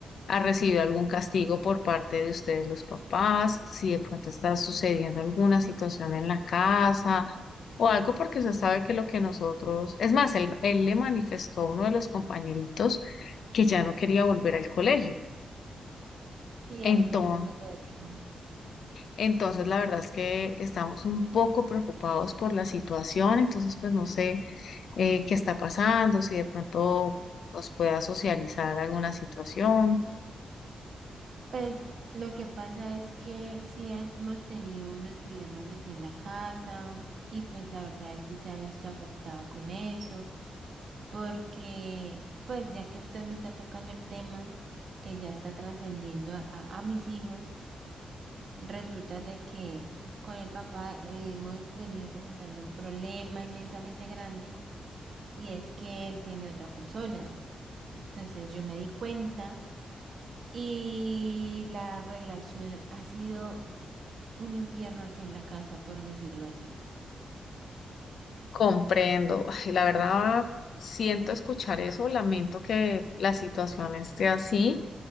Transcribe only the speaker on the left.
ha recibido algún castigo por parte de ustedes los papás, si de pronto está sucediendo alguna situación en la casa o algo porque usted sabe que lo que nosotros, es más, él, él le manifestó a uno de los compañeritos que ya no quería volver al colegio.
Entonces,
entonces la verdad es que estamos un poco preocupados por la situación, entonces pues no sé. eh, qué está pasando, si de pronto nos pueda socializar alguna situación.
Comprendo. Ay, la verdad, siento escuchar eso, lamento que la situación esté así,